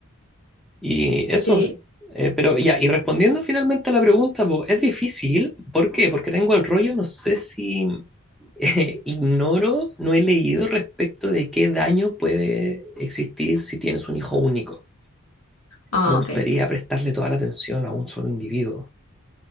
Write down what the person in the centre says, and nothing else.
Y eso.
Eh, pero ya, y respondiendo finalmente a la pregunta, po, es difícil. ¿Por qué? Porque tengo el rollo, no sé si eh, ignoro, no he leído respecto de qué daño puede existir si tienes un hijo único.
Me gustaría
prestarle toda la atención a un solo individuo.